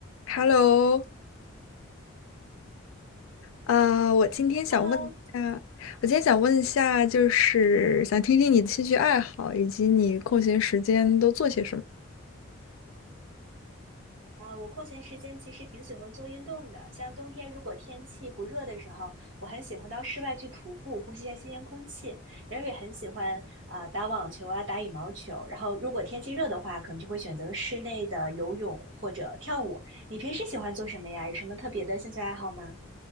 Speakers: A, on the left (about 75°); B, on the right (about 65°).
A: Hello，啊我今天想问一下，
B: Hello，
A: 我今天想问一下，就是想听听你的兴趣爱好，以及你空闲时间都做些什么。
B: 呃，我空闲时间其实挺喜欢做运动的。像冬天如果天气不热的时候，我很喜欢到室外去徒步，呼吸一下新鲜空气。然后也很喜欢啊、呃打网球啊，打羽毛球。然后如果天气热的话，可能就会选择室内的游泳或者跳舞。你平时喜欢做什么呀？有什么特别的兴趣爱好吗？